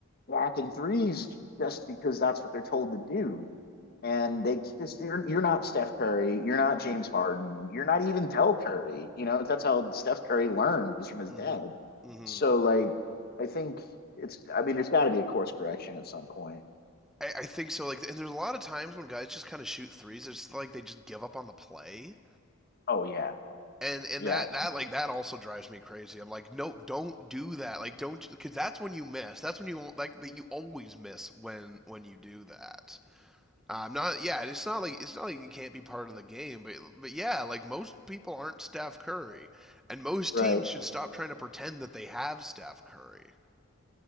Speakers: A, on the left (about 50°); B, in the centre.
A: whacking threes just because that's what they're told to do and they just you're, you're not Steph Curry, you're not James Harden, you're not even Tell Curry. You know that's how Steph Curry learns from his
B: mhm
A: dad.
B: mhm
A: So like, I think it's. I mean, there's got to be a course correction at some point.
B: I, I think so like and there's a lot of times when guys just kind of shoot threes it's like they just give up on the play
A: Oh yeah,
B: and and
A: yeah,
B: that that like that also drives me crazy. I'm like, no, don't do that. Like, don't because that's when you miss. That's when you like that you always miss when when you do that. I'm not. Yeah, it's not like it's not like you can't be part of the game, but but yeah, like most people aren't Steph Curry, and most
A: right.
B: teams should stop trying to pretend that they have Steph Curry.